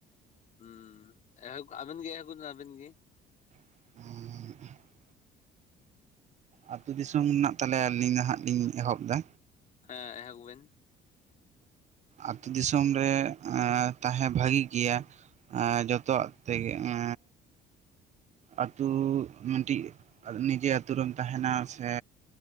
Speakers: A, on the left; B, on the right.
A: ᱦᱩᱸ <unintelligible> ᱟᱹᱵᱤᱱ ᱜᱮ <unintelligible> ᱟᱹᱵᱤᱱ ᱜᱮ᱾
B: <inaudible> ᱟᱛᱩ ᱫᱤᱥᱚᱢ ᱨᱮᱱᱟᱜ ᱛᱟᱦᱞᱮ ᱟᱹᱞᱤᱧ ᱱᱟᱦᱟᱸᱜ ᱞᱤᱧ ᱮᱦᱚᱵ ᱫᱟ᱾
A: ᱦᱮᱸ ᱮᱦᱚᱵ ᱵᱮᱱ᱾
B: ᱟᱛᱩ ᱫᱤᱥᱚᱢ ᱨᱮ ᱛᱟᱦᱮᱸ ᱵᱷᱟᱹᱜᱤ ᱜᱮᱭᱟ᱾ ᱡᱚᱛᱚᱣᱟᱜ ᱛᱮᱜᱮ ᱮᱻ ᱟᱛᱩ ᱢᱤᱫᱴᱤᱡ ᱱᱤᱡᱮ ᱟᱛᱳ ᱨᱮᱢ ᱛᱟᱦᱮᱱᱟ ᱥᱮ